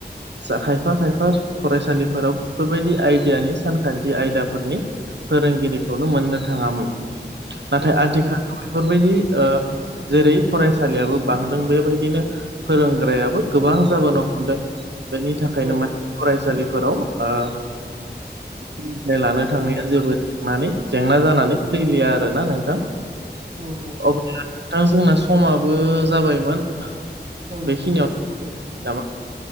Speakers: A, on the right (about 80°); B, on the right (about 50°).
A: जा खायफा खायफा फरायसालिफोराव बेफोरबायदि आयदायानि सानखान्थि आयदाफोरनि फोरोंगिरिखौनो मोननो थाङामोन नाथाय
B: औ
A: आथिखालाव बेफोरबायदि जेरै फरायसालियाबो बांदों बेबायदिनो फोरोंग्रायाबो गोबां जाबोनो हमदों बेनि थाखायनो
B: औ
A: माने फरायसालिफोराव सोलोंथाइ लानो थांनाया जेबो थांनानै जेंना जानानै फैलिया आरोना नोंथां
B: औ औ
A: अब्ला नोंथां जोंना समाबो जाबायमोन
B: औ नोंथां
A: बेखिनियावनो नामा